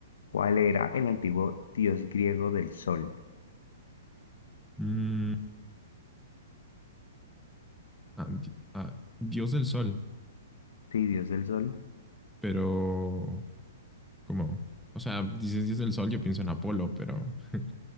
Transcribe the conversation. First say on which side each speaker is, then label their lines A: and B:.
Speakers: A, on the left; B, in the centre.
A: ¿Cuál era el antiguo dios griego del sol?
B: Mm, ah, di- ah, Dios del Sol,
A: Sí, dios del sol.
B: pero ¿cómo? O sea, dices Dios del Sol, yo pienso en Apolo, pero <laughs>